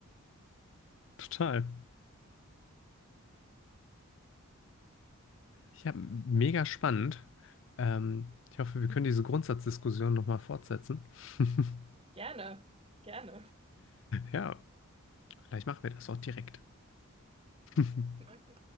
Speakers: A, on the left (about 55°); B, on the right (about 25°).
A: total. Ja, mega spannend. Ähm, ich hoffe, wir können diese Grundsatzdiskussion nochmal fortsetzen. <laughs>
B: Gerne, gerne.
A: Ja, vielleicht machen wir das auch direkt. <laughs>
B: Okay.